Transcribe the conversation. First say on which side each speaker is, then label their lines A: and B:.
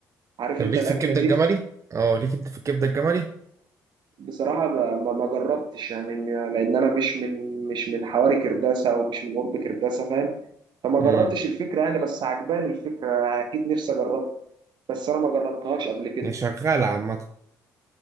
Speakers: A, on the right (about 60°); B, on the right (about 35°).
A: عارف
B: طب
A: انت
B: ليك
A: الاكله
B: في الكبدة
A: دي
B: الجملي اه ليك انت في الكبدة الجملي
A: بصراحة ما ما ما جربتش يعني م- لأن أنا مش من مش من حواري كرداسة أو مش من قرب كرداسة فاهم فما
B: امم
A: جربتش الفكرة يعني بس عجباني الفكرة أكيد نفسي أجربها بس أنا ما جربتهاش قبل كده
B: هي شغالة عامة